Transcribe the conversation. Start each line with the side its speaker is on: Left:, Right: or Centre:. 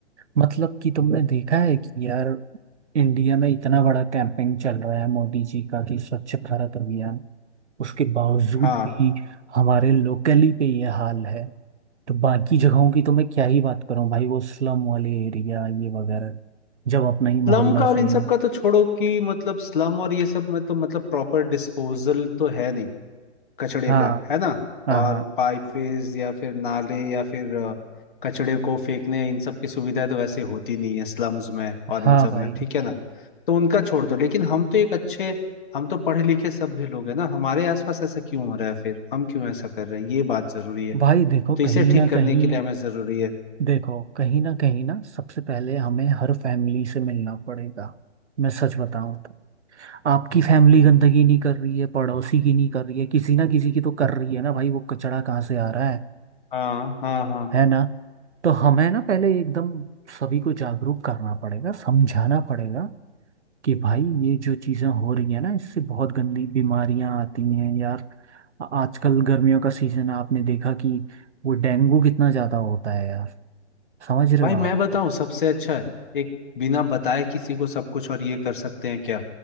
Right: मतलब कि तुमने देखा है कि यार इंडिया में इतना बड़ा कैंपेन चल रहा है मोदी जी का कि स्वच्छ भारत अभियान उसके बावजूद
Left: हाँ
Right: भी हमारे लोकली पे ये हाल है तो बाकी जगहों की तो मैं क्या ही बात करूं भाई वो स्लम वाले एरिया ये वगैरह जब अपना ही मोहल्ला
Left: स्लम का
Right: सही
Left: और इन सब
Right: नहीं
Left: का तो छोड़ो कि मतलब स्लम और ये सब में तो मतलब प्रॉपर डिस्पोजल तो है नहीं कचड़े
Right: हाँ
Left: का है ना
Right: हाँ
Left: और
Right: हाँ
Left: पाइपवेज या फिर नाले या फिर अ, कचड़े को फेंकने इन सब की सुविधा तो वैसे होती नहीं है स्लम्स में और
Right: हाँ
Left: इन सब
Right: भाई
Left: में ठीक है ना तो उनका छोड़ दो लेकिन हम तो एक अच्छे हम तो पढ़े लिखे सभ्य लोग हैं ना हमारे आसपास ऐसा क्यों हो रहा है फिर हम क्यों ऐसा कर रहे हैं ये बात जरूरी है
Right: भाई देखो
Left: तो इसे
Right: कहीं
Left: ठीक
Right: ना
Left: करने
Right: कहीं
Left: के लिए हमें जरूरी है
Right: देखो कहीं ना कहीं ना सबसे पहले हमें हर फैमिली से मिलना पड़ेगा मैं सच बताऊं तो। आपकी फैमिली
Left: हम्म,
Right: गंदगी नहीं कर रही है पड़ोसी की नहीं कर रही है किसी ना किसी की तो कर रही है ना भाई वो कचड़ा कहाँ से आ रहा है
Left: हाँ हाँ हाँ
Right: है ना तो हमें ना पहले एकदम सभी को जागरूक करना पड़ेगा समझाना पड़ेगा कि भाई ये जो चीज़ें हो रही है ना इससे बहुत गंदी बीमारियां आती हैं यार आ- आजकल गर्मियों का सीजन है आपने देखा कि वो डेंगू कितना ज़्यादा होता है यार समझ रहे
Left: भाई
Right: हो
Left: मैं
Right: आप
Left: बताऊं सबसे अच्छा है एक बिना बताए किसी को सब कुछ और ये कर सकते हैं क्या